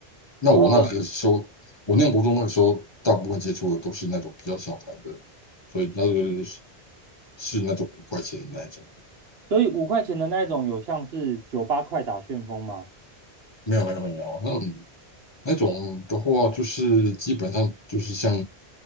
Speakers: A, on the left (about 30°); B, on the right (about 70°).
A: 那我那个时候我念国中那个时候，
B: 哦，
A: 大部分接触的都是那种比较小台的，所以那个是是那种五块钱的那种。
B: 所以五块钱的那种有像是酒吧快打旋风吗？
A: 没有没有没有，那种那种的话，就是基本上就是像